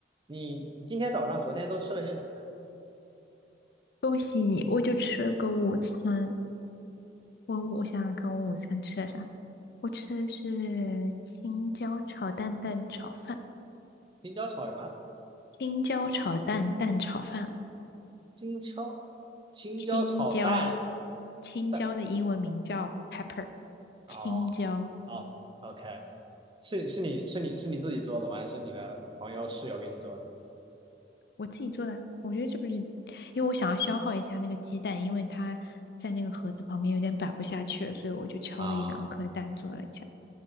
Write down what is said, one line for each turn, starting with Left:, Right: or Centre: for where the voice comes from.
Right: 你今天早上、昨天都吃了些什么呀？
Left: 恭喜你，我就吃了个午餐。我我想想看，我午餐吃了啥？我吃的是青椒炒蛋蛋炒饭，
Right: 青椒炒什么？
Left: 青椒炒蛋蛋炒饭，
Right: 青椒，青椒炒蛋
Left: 青椒，青椒的英文名叫
Right: 蛋。
Left: pepper，
Right: 哦，
Left: 青椒，
Right: 哦，OK，是是你是你是你自己做的吗？还是你的朋友室友给你做的？
Left: 我自己做的。我觉得这不是，因为我想要消耗一下那个鸡蛋，因为它在那个盒子旁边有点摆不下去了，所以我就敲了一两颗蛋做了一下。
Right: 啊，